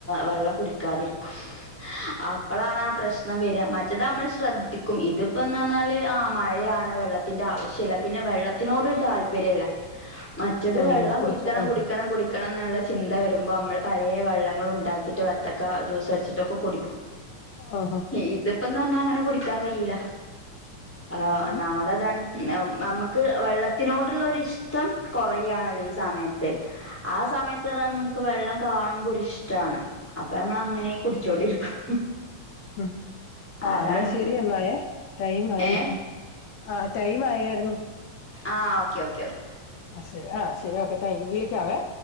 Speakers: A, in the centre; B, on the left.
A: വെള്ളം കുടിക്കാതിരിക്കും അപ്പളാണ് ആഹ് പ്രശ്നം വര മറ്റത് നമ്മൾ ശ്രദ്ധിക്കും ഇതിപ്പന്ന് പറഞ്ഞാല് ആഹ് മഴയാണ് വെള്ളത്തിന്റെ ആവശ്യമല്ല പിന്നെ തിനോട് താല്പര്യമില്ല മറ്റത്
B: ആഹ്
A: വെള്ളം
B: കുടിച്ചു
A: കുടിക്കണം
B: ആഹ്
A: കുടിക്കണം കുടിക്കണമെന്ന എന്നുള്ള ചിന്ത വരുമ്പോൾ നമ്മൾ പലയ വെള്ളങ്ങളൾ ഉണ്ടാക്കി ട്ട് വത്തക്ക ജ്യൂസ് അടിച്ചിട്ടൊക്കെ കുടിക്കും
B: ആഹ്
A: ഇതിപ്പംന്ന പറഞ്ഞാ അങ്ങനെ കുടിക്കാൻ കഴിയൂല ആ്ഹ് ഒന്നന്നാമത്
B: ഉം
A: അതാണ് നമുക്ക് വെള്ളത്തിനോടുള്ള ഒരുരി ഇഷ്ടം കുറുകയാണല്ലോ ഈ സമയത്ത് ആഹ് സമയത്ത് ക്ക് വെള്ളം കാണുമ്പോ ഒരി ഇഷ്ടാണ്. അപ്പൊ നമ്മള അങ്ങനെ കുടിച്ചോണ്ടിരിക്കും.
B: ഉം, ആ
A: അതാണ്
B: എന്നാ ശെരി എന്നായെ, ടൈം ആയി.
A: ഏഹ്
B: ആഹ്, ടൈമ് ആയേയിരുന്നു.
A: ആഹ് ഓക്കെ ഓക്കെ ഓക്കെ
B: ആ ശരി ആ ശരി ഓക്കെ താങ്ക് യു വിളിക്കാവേ.